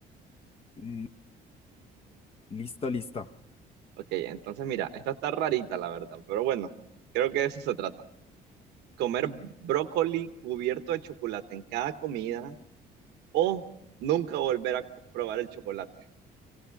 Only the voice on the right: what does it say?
Ok, entonces mira, esta está rarita, la verdad, pero bueno, creo que de eso se trata. Comer brócoli cubierto de chocolate en cada comida o nunca volver a co- probar el chocolate.